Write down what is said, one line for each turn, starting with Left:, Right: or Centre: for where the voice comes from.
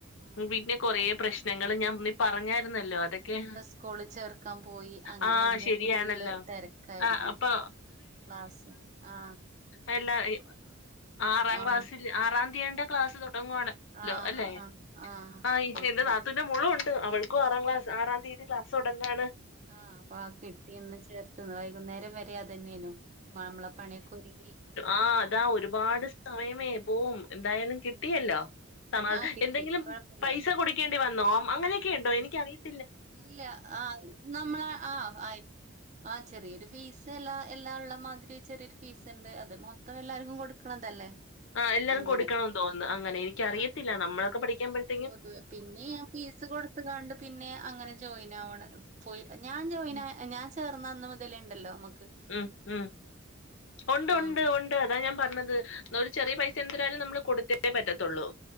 Right: ആഹ്
Left: പിന്നെ കൊറ പ്രശ്നങ്ങള് ഞാ നി പറഞ്ഞായിരുന്നല്ലോ അതൊക്കെ.
Right: സ്കൂളിച്ചേർ ക്കാൻ പോയി. അങ്ങനെ
Left: ആഹ്
Right: ഇന്ന്
Left: ശരിയാണല്ലോ
Right: ഫുൾ തിരക്കായിരുന്നു
Left: ആഹ് അപ്പൊ
Right: ക്ലാ ആ.
Left: അല്ല ഇ ആറാം
Right: ആഹ്
Left: ക്ലാസ്സിൽ ആറാം തീയതി എന്തേ ക്ലാസ്സ് തുടങ്ങുവാണല്ലോ.
Right: ആഹ്
Left: അല്ലെ
Right: ആഹ് ആഹ്
Left: ആ ഇന്ന്
Right: ഓൾക്ക്
Left: നാത്തൂ ന്റെ മോളും ഉണ്ട് അവൾക്കും ആറാം ക്ലാസ്. ആറാം തീയതി ക്ലാസ് തുടങ്ങുകയാണ്.
Right: ആ അപ്പ ആ കിട്ടിന്ന് ചേർത്ത് വൈകുന്നേരം വരെ അത് തന്നെയാണ്. മാമിളപ്പണിക്കയൊരുങ്ങി.
Left: ആ അതാ ഒരുപാട് സമയമേ പോവും. എന്തായാലും കിട്ടിയല്ലോ
Right: ഉം
Left: സമാധാ
Right: ആഹ് കിട്ടി
Left: എന്തെങ്കിലും
Right: കൊഴപ്പില്ല
Left: പൈസ കൊടു ക്കേണ്ടി വന്നോ അങ്ങനൊക്കെ ഉണ്ടോ എനിക്കറിയത്
Right: ഇല്ല ആഹ് ഇത് നമ്മള ആഹ് ആയിത് ആഹ് ചെറിയൊരു ഫീസ് എല്ലാ എല്ലാ ഇള്ള മാതിരി ചെറിയൊരു ഫീസ് ഉണ്ട് അത് മൊത് മൊത്തം എല്ലാവര്ക്കും കൊടുക്കണതല്ലേ
Left: ആഹ് എല്ലാവരും
Right: അങ്ങനെ
Left: കൊടുക്കണമെന്ന് തോന്നുന്നു അങ്ങനെ എനിക്കറിയത്തില്ല
Right: ആ
Left: നമ്മളൊക്കെ പഠിക്കാൻ പറ്റ്
Right: പൊതുവെ പിന്നെ ഞാൻ ഫീസ് കൊടുത്ത് കാണ്ട് പിന്നെ അങ്ങനെ ജോയിൻ ആവണ്. പോയി ഞാൻ ജോയിൻ
Left: ഉം
Right: ഞാൻ ചേർന്ന അന്ന് മുതലേ ഉണ്ടല്ലോ നമുക്ക്
Left: ഉം ഉം ഉണ്ട് ഉണ്ട്
Right: ആഹ്
Left: ഉണ്ട്. ണ്ടെ അതാ ഞാൻ പറഞ്ഞത് ഒരു ചെറിയ പൈസ എന്ത്‌രായാലും നമ്മള് കൊടുത്തേ പറ്റത്തൊള്ളൂ.